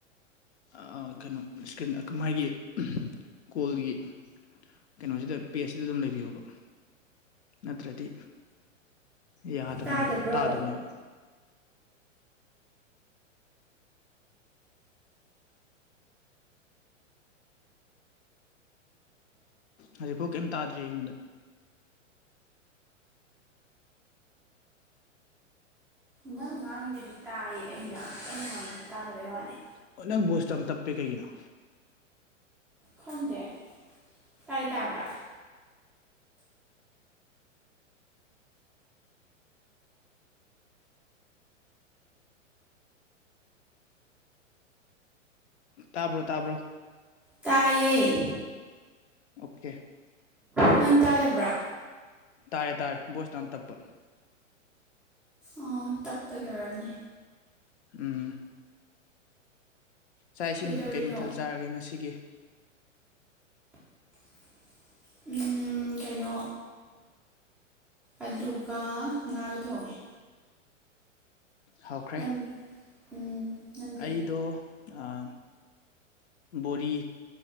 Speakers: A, on the left (about 60°); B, in the centre.
A: ꯑ ꯀꯩꯅꯣ ꯏꯁꯀ꯭ꯔꯤꯟ ꯑꯗꯨ ꯃꯥꯒꯤ ꯀꯣꯜꯒꯤ ꯀꯩꯅꯣꯁꯤꯗ ꯄꯦꯖꯁꯤꯗ ꯑꯗꯨꯝ ꯂꯩꯕꯤꯌꯣꯕ ꯅꯠꯇ꯭ꯔꯗꯤ ꯌꯥꯗꯝꯅꯦꯕ
B: ꯇꯥꯗꯕ꯭ꯔꯣ
A: ꯇꯥꯗꯝꯅꯦꯕ ꯍꯧꯖꯤꯛꯐꯥꯎ ꯀꯩꯝ ꯇꯥꯗ꯭ꯔꯤ ꯑꯩꯉꯣꯟꯗ
B: ꯅꯪ ꯉꯥꯡꯉꯤꯗꯨꯗꯤ ꯇꯥꯏꯌꯦ ꯑꯩꯅ ꯑꯩꯅ ꯉꯥꯡꯕꯗꯤ ꯇꯗꯕꯩ ꯋꯥꯅꯤ
A: ꯑꯣ ꯅꯪ ꯕꯣꯏꯁꯇꯣ ꯌꯥꯝ ꯇꯞꯄꯦ ꯀꯩꯒꯤꯅꯣ
B: ꯈꯪꯗꯦ ꯇꯗꯤ ꯇꯥꯥꯕ꯭ꯔ
A: ꯇꯕ꯭ꯔꯣ ꯇꯕ꯭ꯔꯣ
B: ꯇꯥꯏꯌꯦ
A: ꯑꯣꯀꯦ
B: ꯅꯪ ꯇꯥꯗꯕ꯭ꯔ
A: ꯇꯥꯔꯦ ꯇꯥꯔꯦ ꯚꯣꯏꯁꯇꯣ ꯌꯥꯝ ꯇꯞꯄ
B: ꯑꯣ ꯇꯞꯄꯒꯤ ꯑꯣꯏꯔꯅꯤ
A: ꯎꯝ ꯆꯥꯛ ꯏꯁꯤꯡ
B: ꯀꯩꯗꯧꯔꯤꯅꯣ
A: ꯀꯩ ꯃꯊꯦꯜ ꯆꯥꯔꯒꯦ ꯉꯁꯤꯒꯤ
B: <inaudible> ꯎꯝ ꯀꯩꯅꯣ ꯑꯂꯨꯒ ꯉꯥꯒ ꯊꯣꯡꯉꯦ
A: ꯍꯥꯎꯈ꯭ꯔꯦ
B: ꯅꯪ ꯎꯝ ꯅꯪꯗꯤ
A: ꯑꯩꯗꯣ ꯑꯥ ꯕꯣꯔꯤ